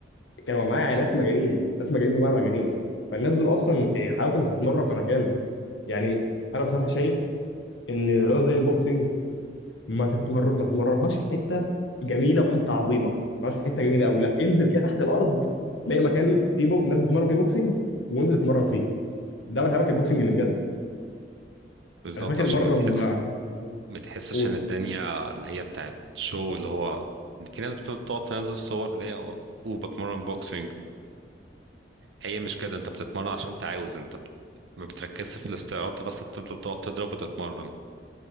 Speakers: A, on the left; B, on the right.
A: كانوا معايا ناس مجانين ناس مجانين بمعنى مجانين فالناس دول اصلا إيه، حاولت ان تتمرن في مكان يعني انا بصراحه شايف ان رياضه زي البوكسنج ما تتمر ما تتمرنهاش في حته جميله وحته عظيمه ما تتمرنهاش في حته جميله قوي لا انزل كده تحت الارض تلاقي مكان فيه بو... ناس بتتمرن فيه بوكسنج وانزل اتمرن فيه ده من هواك البوكسنج اللي بجد
B: بالظبط
A: انا فاكر
B: عشان
A: مره
B: ما تحس
A: ما
B: ما تحسش
A: قول
B: ان الدنيا اللي هي بتاعت شو اللي هو في ناس بتفضل تقعد تنزل صور اللي هي وبتمرن بوكسنج هي مش كده انت بتتمرن عشان انت عاوز انت بت- ما بتركزش في الاستعراض انت بس بتفضل تقعد تضرب وتتمرن